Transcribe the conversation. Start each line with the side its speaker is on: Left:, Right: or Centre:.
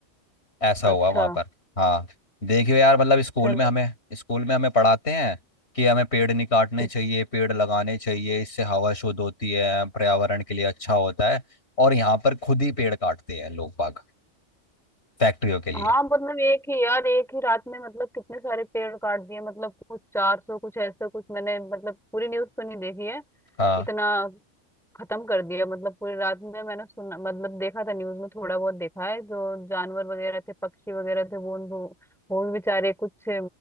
Left: ऐसा
Centre: अच्छा
Left: हुआ वहां पर हाँ देखियो यार मतलब स्कूल
Centre: चले
Left: में हमें स्कूल में हमें पढ़ाते हैं कि हमें पेड़ नहीं काटने
Centre: कि-
Left: चाहिए पेड़ लगाने चाहिए इससे हवा शुद्ध होती है पर्यावरण के लिए अच्छा होता है और यहाँ पर खुद ही पेड़ काटते हैं लोग बाग फैक्ट्रियों के लिए
Centre: हाँ मतलब एक ही यार एक ही रात में मतलब कितने सारे पेड़ काट दिए मतलब कुछ चार सौ कुछ ऐसा कुछ मैंने मतलब पूरी न्यूज़ तो नहीं देखी है
Left: हाँ
Centre: इतना खत्म कर दिया मतलब पूरी रात में मैंने सुना मतलब देखा था न्यूज में थोड़ा बहुत देखा है जो जानवर वगैरह थे पक्षी वगैरह थे वो उन- वो वो भी बेचारे कुछ